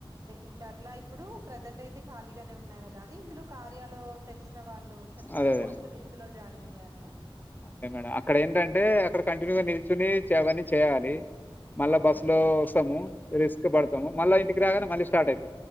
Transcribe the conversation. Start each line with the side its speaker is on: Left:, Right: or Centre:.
Right: ఇంకా అట్లా ఇప్పుడు ప్రజెంట్ అయితే ఖాళీగానే ఉన్నా కదా అని ఇందులో కార్యలో తెలిసిన వాళ్ళు చెప్పారు
Left: అదే అదే
Right: ఇందులో జాయిన్ అయ్యాను
Left: అదే మేడం అక్కడ ఏంటంటే అక్కడ కంటిన్యూగా నిల్చుని చేయడానికి చేయాలి మళ్ళా
Right: అవునండి.
Left: బస్సు లో వస్తాము రిస్క్ పడతాము మళ్ళా ఇంటికి రాగానే మళ్ళీ స్టార్ట్ అయిత